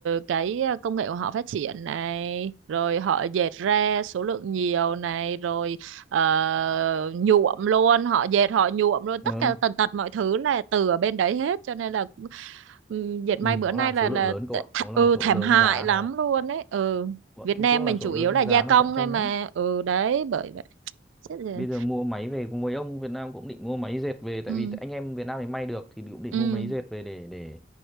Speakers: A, on the right; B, in the centre.
A: cái ờ, công nghệ của họ phát triển này, rồi họ dệt ra số lượng nhiều này, rồi ờ, nhuộm luôn, họ dệt họ nhuộm luôn
B: ừ.
A: tất cả tần tật mọi thứ là từ ở bên đấy hết cho nên là ừm, dệt may
B: vì
A: bữa
B: nó
A: nay
B: làm
A: là
B: số
A: là
B: lượng lớn cậu
A: th
B: ạ nó làm
A: ừ
B: số
A: thảm
B: lượng lớn
A: hại
B: giá
A: lắm
B: nó
A: luôn đấy. Ừ.
B: bọn
A: Việt
B: Trung
A: Nam
B: Quốc
A: mình
B: làm số
A: chủ yếu
B: lượng
A: là
B: lớn
A: gia
B: giá
A: công
B: nó cạnh tranh
A: thôi mà.
B: lắm
A: Ừ đấy bởi vậy. Chết rồi.
B: bây giờ mua máy về mấy ông Việt Nam cũng định mua máy dệt về tại
A: Ừ.
B: vì anh em Việt Nam thì may được thì cũng định
A: Ừ.
B: mua máy dệt về để để